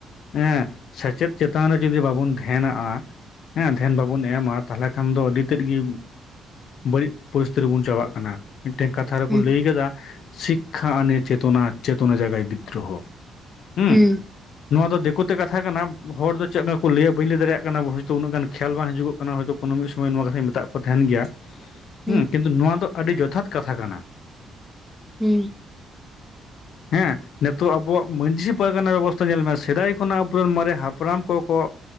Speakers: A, on the left (about 70°); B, in the centre.
A: ᱦᱮᱸ ᱥᱮᱪᱮᱫ ᱪᱮᱛᱟᱱ ᱨᱮ ᱡᱩᱫᱤ ᱵᱟᱵᱚᱱ ᱫᱷᱮᱭᱟᱱᱜᱼᱟ ᱦᱮᱸ ᱫᱷᱮᱭᱟᱱ ᱵᱟᱵᱚᱱ ᱮᱢᱟ ᱛᱟᱦᱚᱞᱮ ᱠᱷᱟᱱ ᱫᱚ ᱟᱹᱰᱤ ᱛᱮᱫ ᱜᱮ ᱵᱟᱹᱲᱤᱡ ᱯᱚᱥᱛ ᱨᱮᱵᱚᱱ ᱪᱟᱵᱟᱜ ᱠᱟᱱᱟ᱾ ᱢᱤᱫᱴᱮᱱ ᱠᱟᱛᱷᱟ ᱨᱮ ᱠᱚ
B: ᱦᱮᱸ ᱦᱮᱸ
A: ᱞᱟᱹᱭ ᱟᱠᱟᱫᱟ ᱥᱤᱠᱷ <unintelligible> ᱠᱷᱟ ᱟᱱᱮ ᱪᱮᱛᱚᱱᱟ ᱪᱮᱛᱚᱱᱟ ᱡᱟᱜᱟᱭ ᱵᱤᱫᱽᱨᱚᱦᱚ ᱦᱩᱸ
B: ᱦᱮᱸ
A: ᱱᱚᱶᱟ ᱫᱚ ᱫᱤᱠᱚ ᱢᱤᱫᱴᱮᱫ ᱠᱟᱛᱷᱟ ᱠᱟᱱᱟ ᱦᱚᱲ ᱫᱚ ᱪᱮᱫ ᱞᱮᱠᱟ ᱠᱚ ᱞᱟᱹᱭᱟ ᱵᱟᱹᱧ ᱞᱟᱹᱭ ᱫᱟᱲᱮᱭᱟᱜ ᱠᱟᱱᱟ ᱦᱳᱭᱛᱳ ᱩᱱᱟᱹᱜ ᱜᱟᱱ ᱠᱷᱮᱭᱟᱞ ᱵᱟᱝ ᱦᱤᱡᱩᱜ ᱠᱟᱱᱟ ᱦᱚᱭᱛᱳ ᱠᱚᱱᱚ ᱢᱤᱫ ᱥᱚᱢᱚᱭ ᱱᱚᱣᱟ ᱠᱟᱛᱷᱟᱧ ᱢᱮᱛᱟᱜ ᱠᱚ ᱛᱟᱦᱮᱸᱱ ᱜᱮᱭᱟ
B: ᱦᱮᱸ
A: ᱦᱩᱸ ᱠᱤᱱᱛᱩ ᱱᱚᱣᱟ ᱫᱚ ᱟᱹᱰᱤ ᱡᱚᱛᱷᱟᱛ ᱠᱟᱛᱷᱟ ᱠᱟᱱᱟ᱾
B: ᱦᱩᱸ
A: ᱦᱮᱸ ᱱᱤᱛᱚᱜ ᱟᱵᱚᱣᱟᱜ ᱢᱟᱺᱡᱷᱤ ᱯᱟᱨᱜᱟᱱᱟ ᱵᱮᱵᱚᱥᱛᱷᱟ ᱧᱮᱞ ᱢᱮ ᱥᱮᱫᱟᱭ ᱠᱷᱚᱱᱟᱜ ᱟᱵᱚᱨᱮᱱ ᱢᱟᱨᱮ ᱦᱟᱯᱲᱟᱢ ᱠᱚ ᱠᱚ